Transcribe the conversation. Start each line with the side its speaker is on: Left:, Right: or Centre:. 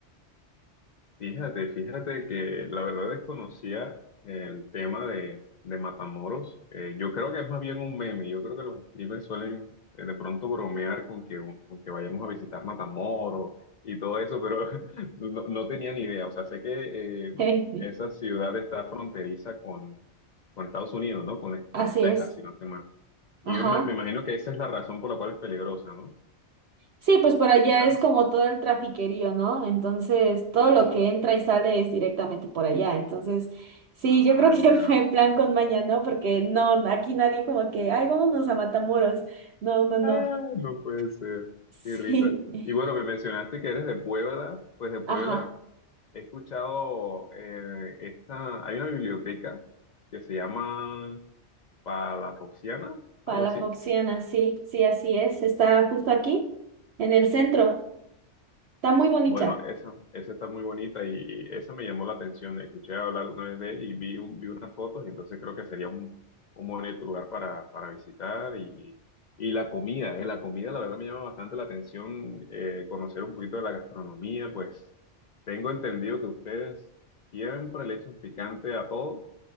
Left: Fíjate, fíjate que la verdad desconocía el tema de, de Matamoros. Eh, yo creo que es más bien un meme. Yo creo que los streamers suelen eh, de pronto bromear con que, con que vayamos a visitar Matamoros y todo eso, pero <laughs> no, no tenía ni idea. O sea, sé que eh,
Right: <laughs>
Left: esa ciudad está fronteriza con, con Estados Unidos, ¿no? Con,
Right: Así
Left: con Texas,
Right: es.
Left: si no estoy mal. Y
Right: Ajá.
Left: yo ima- me imagino que esa es la razón por la cual es peligrosa, ¿no?
Right: Sí, pues por allá
Left: Quizás.
Right: es como todo el trafiquerío, ¿no? Entonces, todo
Left: Mm,
Right: lo que entra y sale es directamente por allá. Entonces, sí,
Left: Ah,
Right: yo creo que
Left: ya.
Right: <laughs> fue plan con maña, ¿no? Porque no, aquí nadie como que, ay, vámonos a Matamoros. No, no, no.
Left: Ah,
Right: <laughs>
Left: no puede ser.
Right: Sí.
Left: Qué risa. Y bueno, me mencionaste que eres de Puebla. Pues de Puebla
Right: Ajá,
Left: he escuchado eh, esta. Hay una biblioteca que se llama Palafoxiana, algo
Right: para la
Left: así.
Right: Foxiana, sí, sí, así es. Está justo aquí, en el centro. Está muy bonita.
Left: Bueno, esa, esa está muy bonita y esa me llamó la atención. Escuché hablar una vez de ella y vi, un- vi unas fotos y entonces creo que sería un, un bonito lugar para, para visitar y, y la comida, eh, la comida la verdad me llama bastante la atención eh, conocer un poquito de la gastronomía, pues tengo entendido que ustedes siempre le echan picante a todo.